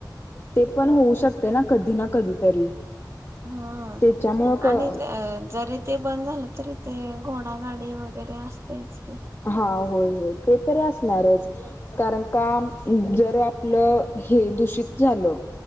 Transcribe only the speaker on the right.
हा
आणि ते अ जरी ते बंद झालं तरी ते घोडागाडी वगैरे असतेच.